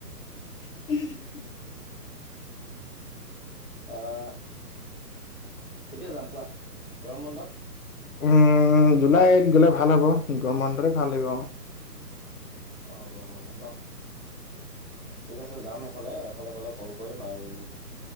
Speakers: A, on the left; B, on the left.
A: <inaudible>
B: আহ কেতিয়া যাম কোৱা গৰম বন্ধত??
A: উম জুলাইত গলে ভাল হ'ব গৰম বন্ধতেভাল আহিব
B: অ গম বন্ধত ন <unintelligible> ঠিক আছে যাম সেইফালে এফালে গ'লে কল কৰিম আৰু